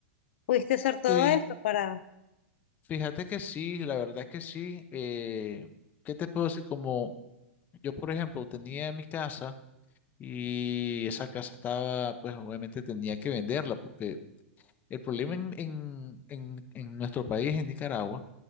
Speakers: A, on the left; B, on the left.
A: pudiste hacer todo
B: Sí,
A: esto para...
B: fíjate que sí, la verdad que sí. eh, ¿qué te puedo decir? Como yo, por ejemplo, tenía mi casa y esa casa estaba, pues obviamente tenía que venderla porque el problema en, en en- en nuestro país, en Nicaragua,